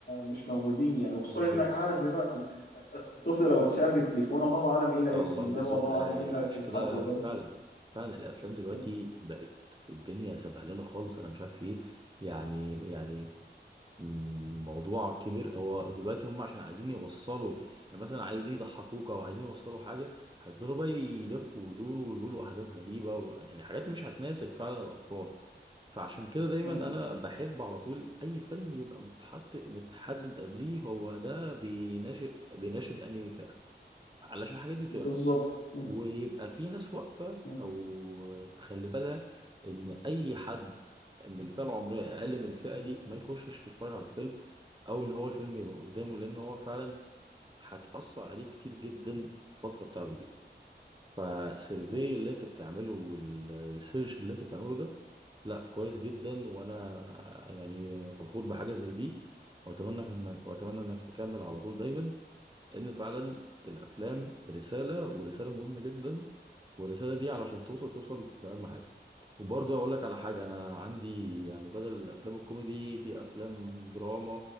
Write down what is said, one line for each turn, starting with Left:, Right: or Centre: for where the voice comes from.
Left: مش موجودين يعني وخصوصا
Right: بالظبط
Left: إنك عارف دلوقتي الطفل لو اتساب للتليفون الله أعلم إيه اللي هيدخل
Right: الله
Left: دماغه
Right: بالظبط
Left: والله
Right: آه،
Left: أعلم إيه اللي
Right: عشان
Left: هيتحط
Right: كده
Left: قدامه
Right: فعلا فعلا الافلام دلوقتي
Left: م-
Right: بقت الدنيا سبهلله خالص انا مش عارف ايه يعني يعني الموضوع كبير هو دلوقتي هم عشان عايزين يوصلوا يعني مثلا عايزين يضحكوك او عايزين يوصلوا حاجه هيفضلوا بقى يلفوا ويدوروا ويقولوا احداث غريبه ويعني حاجات مش هتناسب فعلا الاطفال فعشان كده دايما
Left: م-
Right: انا بحب على طول اي فيلم يبقى متحط متحدد قبليه هو ده بيناشد بيناشد انهي علشان الحاجات دي
Left: بالظبط
Right: تبقى ثابته
Left: م-
Right: ويبقى في ناس واقفه
Left: م-
Right: او تخلي بالها ان اي حد من الفئه العمريه اقل من الفئه دي ما يخشش يتفرج على الفيلم او ان هو الفيلم يبقى قدامه لان هو فعلا هتاثر عليه كتير جدا في الفتره بتاعته دي فالسيرفي
Left: م-
Right: اللي انت بتعمله والريسيرش اللي انت بتعمله ده لا كويس جدا وانا يعني فخور بحاجه زي دي واتمنى انك واتمنى انك تكمل على طول دايما لان فعلا الافلام رساله ورساله مهمه جدا والرساله دي علشان توصل توصل باهم حاجه وبرضه اقول لك على حاجه انا عندي يعني بدل الافلام الكوميدي في افلام دراما